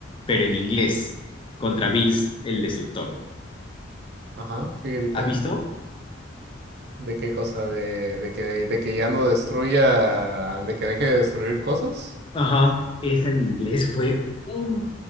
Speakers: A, on the left; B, on the right.
A: pero en inglés, contra Bills el Destructor.
B: Ajá, figurita.
A: ¿Has visto?
B: ¿De qué cosa? ¿De, de que, de que ya no destruya, de que deje de destruir cosas?
A: Ajá, esa en inglés fue uf,